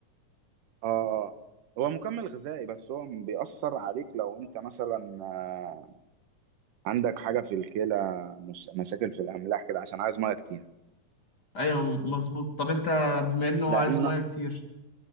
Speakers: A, on the right; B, on the left.
A: آه. هو مكمل غذائي بس هو بيأثر عليك لو انت مثلا آه، عندك حاجة في الكلى مش... مشاكل في الأملاح كده عشان عايز مية كتير
B: ايوه مظبوط طب انت بما انه هو
A: لأن
B: عايز ميه كتير